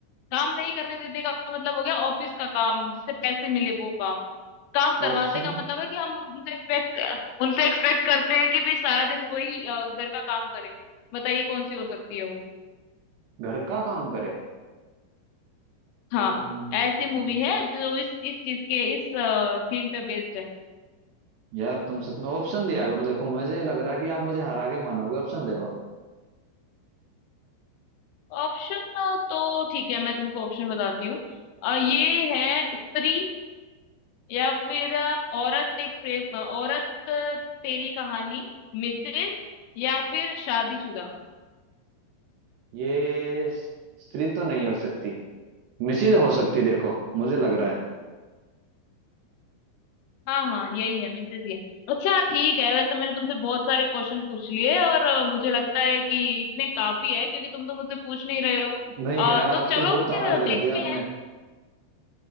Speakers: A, on the left; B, on the right.
A: काम नहीं करने देने का मतलब हो गया ऑफिस का काम जिससे पैसे मिले वो काम काम करवाते
B: ऑप्शन
A: का मतलब है कि हम उनसे एक्सपेक्ट उनसे एक्सपेक्ट करते हैं कि भाई सारा दिन वही अ, घर का काम करें बताइए कौन सी हो सकती है वो
B: घर का काम करे
A: हाँ
B: हम्म,
A: ऐसी मूवी है जो इस इस चीज के इस थीम पे बेस्ड है
B: यार तुम सच में ऑप्शन दिया करो देखो मुझे लग रहा है कि आप मुझे हरा के मानोगे ऑप्शन दो आप
A: ऑप्शन तो ठीक है मैं तुमको ऑप्शन बताती हूँ अ, ये है स्त्री या फिर अ, औरत एक प्रेम अ, औरत अ, तेरी कहानी मिसेज या फिर शादीशुदा
B: ये स्त्री तो नहीं हो सकती मिसिज हो सकती देखो मुझे लग रहा है
A: हाँ हाँ यही है मिसेस ये अच्छा ठीक है वैसे मैंने तुमसे बहुत सारे क्वेश्चन पूछ लिए और अ, मुझे लगता है कि इतने काफी है क्योंकि तुम तो मुझसे पूछ नहीं रहे हो
B: नहीं
A: अ,
B: यार आप
A: तो
B: तो
A: चलो
B: बहुत
A: फिर
B: हार्ड
A: देखते
B: कर दिया आपने
A: हैं